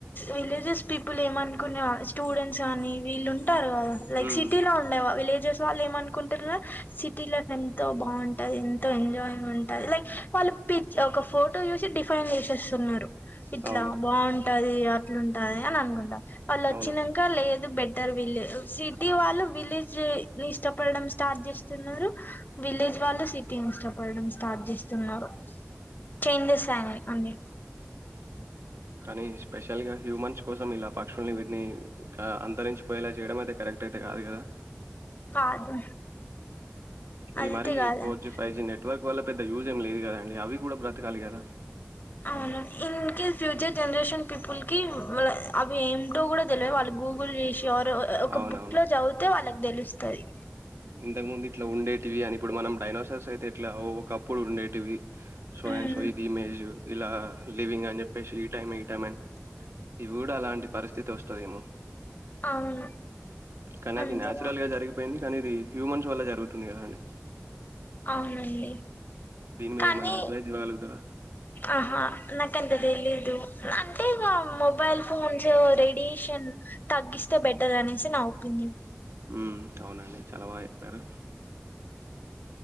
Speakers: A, on the left; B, on the right.
A: విలేజస్ పీపుల్ ఏమనుకునే స్టూడెంట్స్ కానీ వీళ్ళు ంటారు కదా లై
B: హ్మ్.
A: సిటీ లో ఉండ విలేజెస్ సో వాళ్ళు ఏమనుకుంటారు సిటీ లైఫ్ ఎంతో బాగుంటుంది ఎంతో ఎంజాయింగ్ ఉంటుంది లైక్ వాళ్ళు పి ఒక ఫోటో చూసి డిఫైన్ చేసేస్తున్నారు ఇట్లా
B: అవును.
A: బాగు ఉంటది అట్లుంటది అని అనుకుంటా అలాచ్చినంకాల
B: అవును.
A: బెటర్ విలేజ సిటీ వాళ్ళు విలేజ్ ఇష్టపడడం స్టార్ట్ చేస్తున్నారు విలేజ్ వాళ్ళు సిటీని ఇష్టపడడం స్టార్ట్ చేస్తున్నారు చేంజెస్ అని అన్ని
B: కానీ స్పెషల్గా హ్యూమన్స్ కోసం ఇలా పక్షుల్ని వీటిని అంతరించిపోయేలా చేయడం అయితే కరెక్ట్ అయితే కాదు కదా
A: కాదు అదితే
B: ఈ మరి
A: కాదండి
B: ఫోర్ G five G net network వల్ల పెద్ద యూజం లేదు కదా అండి అవి కూడా బ్రతకాలి కదా
A: అవును in case future generation people కి అవి ఏమింటో కూడా తెలియ వాళ్ళు గూగుల్ చేసి క్యూర్ ఒక
B: అవునవును.
A: బుక్ లో చదివితే వాళ్ళకి తెలుస్తుంది
B: ఇంతకు ముందు ఇట్లా ఉండేటివి అని ఇప్పుడు మనం డైనోసార్స్ అయితే ఇట్లాప్పుడు ఉండేటివి సో
A: ఉమ్
B: అండ్ సో ఇది ఇమేజ్ ఇలా లివింగ్ అని చెప్పేసి ఈ టైం ఈ టైం అని ఇవి కూడా అలాంటి పరిస్థితి వస్తుందేమో
A: అవును
B: కానీ
A: అంతేగా
B: అది నాచురల్ గా జరిగిపోయింది అనేది హ్యూమన్స్ వల్ల జరుగుతుంది కదా అండి
A: అవునండి
B: మీద
A: కానీ
B: ఏమన్నా అడ్వైస్ ఇవ్వగలుగుతారా?
A: ఆహా నా కానీ తెలీదు అంటే ఇక మొబైల్ ఫోన్స్ రేడియేషన్ తగ్గిస్తే బెటర్ అనేసి నా ఒపీనియన్
B: ఉ అవునండి చాలా బాగా చెప్పారు